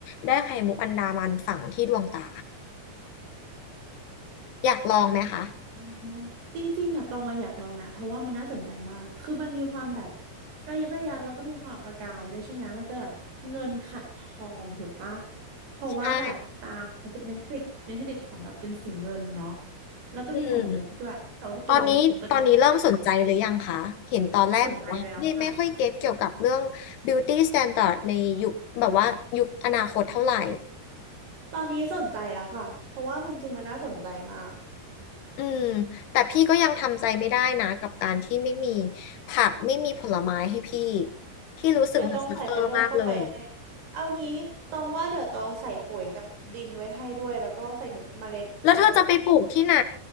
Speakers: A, on the left; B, on the right.
A: ได้ไข่มุกอันดามันฝังที่ดวงตาอยากลองไหมคะ
B: อ๋อจริงๆอ่ะตองอะอยากลองนะเพราะว่ามันน่าสนใจมากคือมันมีความแบบระยิบระยับแล้วก็มีความประกายด้วยใช่ไหมมันจะแบบเงินขัดทองถูกปะเพราะว่าแบบตามันจะเป็นผลิตเป็นผลิตของแบบเป็นสีเงินเนาะ
A: ใช่
B: แล้วก็มีไข่มุกด้วยแต่ว่าตัวมันประกายเป็นทองค
A: อืมตอนนี้ตอนนี้เริ่มสนใจหรือยังคะเห็นตอนแรกบอกว่าไม่ไม่ค่อยเก็ตเกี่ยวกับเรื่อง
B: ำสนใจแล้วค่ะ
A: beauty standard ในยุคแบบว่ายุคอนาคตเท่าไหร่
B: ตอนนี้สนใจแล้วค่ะเพราะว่ามันจริงมันน่าสนใจมาก
A: อืมแต่พี่ก็ยังทำใจไม่ได้นะกับการที่ไม่มีผักไม่มีผลไม้ให้พี่พี่รู้สึกมันซัฟเฟอร์มากเลย
B: เดี๋ยวต้องใส่ไฟเบอร์เข้าไปให้เอางี้ตองว่าเดี๋ยวตองใส่ปุ๋ยกับดินไว้ให้ด้วยแล้วก็ใส่เม็ดเมล็ดเอ่อ
A: แล้วเธอจะไปปลูกที่ไหน